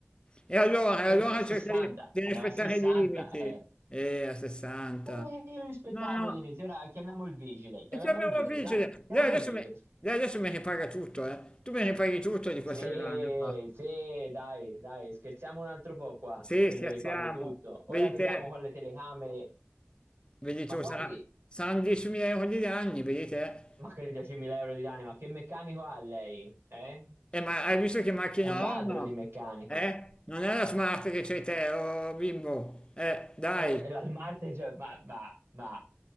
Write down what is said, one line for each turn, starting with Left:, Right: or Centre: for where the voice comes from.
Left: E allora,
Right: io
Left: e allora
Right: andavo a 60,
Left: cerca di di
Right: andavo
Left: rispettare
Right: a 60
Left: i limiti.
Right: e
Left: Eh, a 60.
Right: eh, io rispettavo
Left: No, no,
Right: i limiti. Ora chiamiamo il vigile, chiamiamo
Left: e ti abbiamo
Right: il vigile,
Left: vigile.
Right: dai, chiamiamo
Left: Lei adesso
Right: il vigile.
Left: mi, lei adesso mi ripaga tutto, eh. Tu mi ripaghi tutto di
Right: Sì,
Left: questa collana qua.
Right: sì, dai, dai, scherziamo un altro po' qua,
Left: Sì,
Right: se
Left: scherziamo.
Right: le ripago tutto. Ora
Left: Vedi
Right: vediamo
Left: te,
Right: con le telecamere
Left: vedi
Right: Ma
Left: tu,
Right: guardi,
Left: sarà, saranno 10.000 euro di danni, vedi te.
Right: ma che 10.000 euro di lane, ma che meccanico ha lei? Eh?
Left: Eh, ma hai visto che macchina
Right: Un ladro
Left: ho? o No.
Right: di meccanico.
Left: Eh? Non è la smart che c'hai te, oh bimbo. Eh, dai.
Right: Eh, la Smart, cioè, ma, ma, ma-